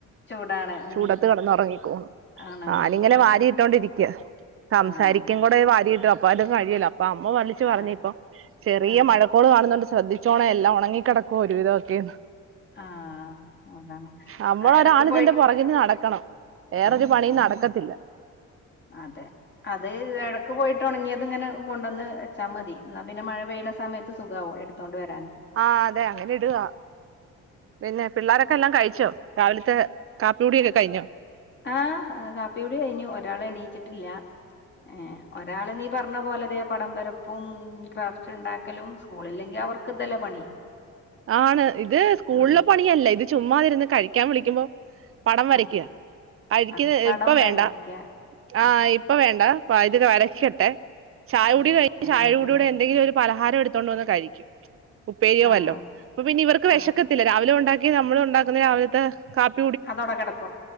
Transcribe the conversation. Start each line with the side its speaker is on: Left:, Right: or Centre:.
Left: ചൂടാണ് ഉം
Right: ചൂടത്ത് കിടന്നുറങ്ങിക്കോളും.
Left: ഉണങ്ങും
Right: ഞാനി ങ്ങനെ
Left: നല്ല
Right: വാരി ഇട്ടോണ്ടിരിക്ക. സംസാരിക്കൻ
Left: ആഹ്
Right: കൂടെ വാരി ഇടും. അപ്പൊ അതും കഴിയല്ലോ? അപ്പൊ അമ്മ വലിച്ചു പറഞ്ഞ
Left: ആഹ്
Right: ഇപ്പൊ ചെറിയ
Left: ആഹ്
Right: മഴക്കോള് കാണുന്നുണ്ട് ശ്രദ്ധിച്ചോണേ എല്ലാം ഉണങ്ങിക്കിടക്കുവ ഒരു വിദോക്കെ
Left: ആഹ് അതാണ്
Right: നമ്മള
Left: ആ ഇടക്ക്
Right: ഒരാൾ ഇതിന്റെ
Left: പോയി
Right: പുറകിന്ന് നടക്കണം വേറൊരു
Left: നടക്കണം
Right: പണിയും നടക്കത്തില്ല
Left: അതെ അത് ഇടക്ക് പോയിട്ട് ഓണങ്ങിയത് ഇങ്ങനെ കൊണ്ടുവന്ന് വെച്ചാൽ മതി എന്നാ പിന്നെ മഴ പെയ്യണ സമയത്ത് സുഖവും എടു എടുത്തോണ്ടുവരാന്
Right: ആഹ അതെ അങ്ങനെ ഇടുക പിന്നെ പിള്ളോരൊക്കെ എല്ലാം കഴിച്ചോ രാവിലത്തെ കാപ്പി കൂടിയൊക്കെ കഴിഞ്ഞോ
Left: ആഹ കാപ്പി കൂടി കഴിഞ്ഞു ഒരാളെ എണീയിച്ചിട്ടില്ല ഏഹ ഒരാൾ നീ പറഞ്ഞ പോലെതെ പടം വരപ്പും ക്രാഫ്റ്റ് ഇണ്ടാക്കലും സ്കൂളില്ലെങ്കിൽ അവർക്ക് ഇതല്ലേ പണി
Right: ആണ് ഇത് സ്കൂളിലെ
Left: ആഹ്
Right: പണിയല്ല ഇത് ചുമ്മായിരുന്ന് കഴിക്കാൻ വിളിക്കുമ്പോ പടം വരയ്ക്ക
Left: ആഹ്
Right: കഴക്ക്
Left: ആഹ് പടം
Right: ഇപ്പൊ
Left: വരക്ക
Right: വേണ്ട ആഈ
Left: ആഹ്
Right: ഇപ്പൊ വേണ്ട വ വരക്കിക്കട്ടെ ചായ
Left: ആഹ്
Right: കുടി കഴിഞ്
Left: അങ്ങനെ
Right: ചായകുടിയടെ
Left: തന്നെ
Right: എന്തെങ്കിലും ഒരു പലഹാരം എടുത്തൊണ്ട് വന്ന് കഴിക്കും ഉപ്പേരിയോ
Left: ആഹ്
Right: വല്ലോ അപ്പോ പിന്നെ ഇവർക്ക് വേഷ
Left: ആഹ്
Right: ക്കത്തില്ല രാവിലെ ഉണ്ടാക്കി നമ്മ ഉണ്ടാക്കുന്ന രാവിലത്തെ കാപ്പ
Left: അതോട കേടക്കും